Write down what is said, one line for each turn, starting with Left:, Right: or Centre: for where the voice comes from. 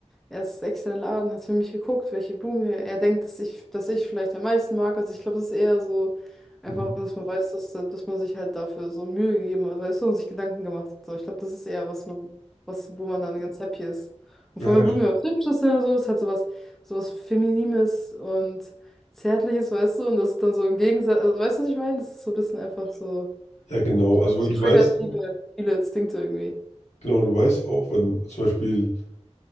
Centre: Er ist extra in den Laden, hat für mich geguckt, welche Blume er denkt, dass ich, dass ich vielleicht am meisten mag. Also ich glaube, das ist eher so einfach,
Left: Mhm.
Centre: dass man weiß, dass, dass man sich halt dafür so Mühe gegeben hat, weißt du, und sich Gedanken gemacht hat. So, ich glaube, das ist eher, was man, was, wo man dann ganz happy ist.
Left: Ja,
Centre: Und von der Blume was Hübsches sind und so, ist halt sowas, sowas Feminines und Zärtliches, weißt du, und das ist dann so im Gegensatz, also weißt du, was ich meine? Das ist so ein bisschen einfach so,
Left: ja, genau.
Centre: ich
Left: Also
Centre: glaube,
Left: weil
Centre: das
Left: du
Centre: triggert
Left: weißt,
Centre: viele, viele Instinkte irgendwie.
Left: Genau, du weißt auch, wenn zum Beispiel